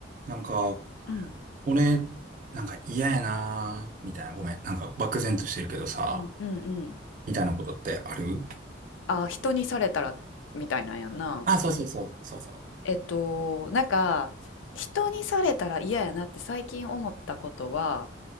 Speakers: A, on the right; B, on the left.
A: なんか、
B: うん、
A: 俺、なんか嫌やなーみたいな、ごめん。なんか漠然としてるけどさ、
B: うんうんうん
A: みたいなことってある
B: あ人にされたらみたいなんやんな
A: あ、そうそうそう、そうそ
B: えっとなんか人にされたら嫌やなって最近思ったことは